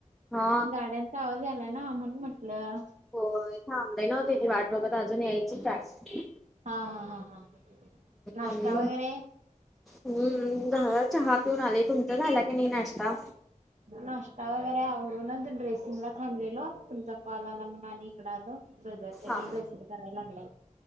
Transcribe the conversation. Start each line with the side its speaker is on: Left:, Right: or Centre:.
Centre: हा
Right: गाड्यांचा आवाज आलाय ना म्हणून म्हटलं.
Centre: होय थांबले नव्ह तिची वाट बघत अजून यायचीच हाय.
Right: हा हा हा हा नाश्ता
Centre: आणि मग
Right: वगैरे?
Centre: हम्म झाला चहा पिऊन आले. तुमचा झाला की नाही नाश्ता?
Right: नाश्ता वगैरे आवरूनच ड्रेसिंगला थांबलेलो तुमचा कॉलाला म्हणून आणि ईकड आलो ब्रदर तेनी
Centre: हा
Right: ड्रेसिंग करायला लागलेतं.